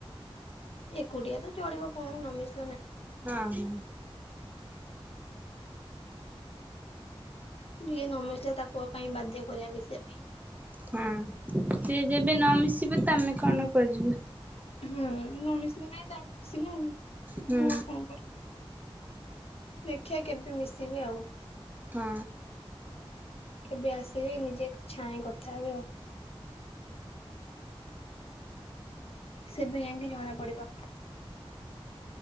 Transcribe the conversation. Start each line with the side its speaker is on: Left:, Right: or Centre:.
Left: ଏକୁଟିଆ ତ ଚଳିବ କଣ ନମିଷ
Right: ହଁ ହଁ।
Left: ଯିଏ ନ ମିଶିଲା ତାକୁଉ କାଇହିଁ ବାଧ୍ୟ କରିବା ମିଶିବା ପାଇଁ।
Right: ହଁ ସିଏ ଯେବେ ନ ମିିଶିବ ତ ଆମେ କଣ ଖୋଜିବୁ?
Left: ହୁଁ ନ ମିଶିଲି ନାଇଁ ତାଙ୍କ ଖୁସି ନା ମୁଁ
Right: ହୁଁ
Left: ଆଉ କଣ କରିବି? ଦେଖିବା କେବେ ମିଶିବି ଆଉ।
Right: ହଁ।
Left: କେବେ ଆସିବେ ନିଜେ ଛାଇଁ କଥା ହେବେ ଆଉ। ସେ ବେ ଜାଇଁକି ଜଣା ପଡିବ।